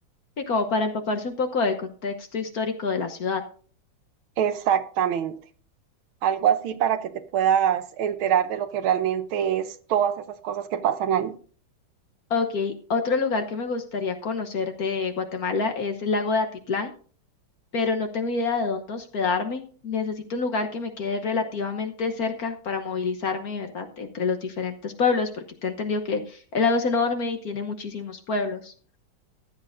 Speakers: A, on the left; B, on the right.
A: Sí, como para empaparse un poco del contexto histórico de la ciudad.
B: Exactamente, algo así para que te puedas enterar de lo que realmente es todas esas cosas que pasan ahí.
A: Ok, otro lugar que me gustaría conocer de Guatemala es el lago de Atitlán, pero no tengo idea de dónde hospedarme. Necesito un lugar que me quede relativamente cerca para movilizarme, ¿verdad?, entre los diferentes pueblos, porque te he entendido que el lago es enorme y tiene muchísimos pueblos.